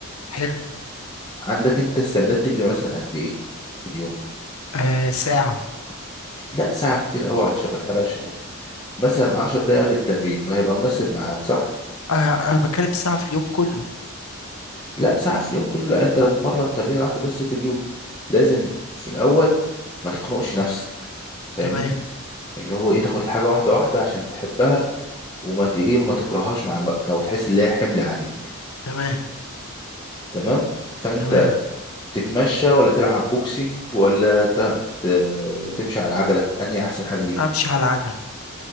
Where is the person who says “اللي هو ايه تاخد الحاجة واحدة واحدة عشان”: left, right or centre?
Left